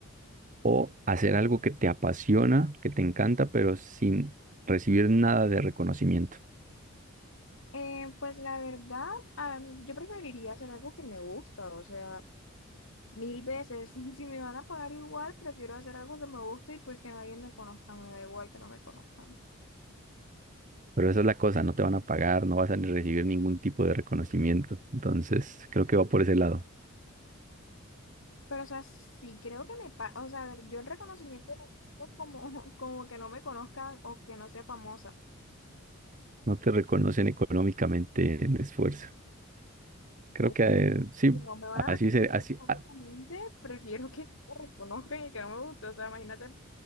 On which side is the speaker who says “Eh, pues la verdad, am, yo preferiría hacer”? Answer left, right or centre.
Left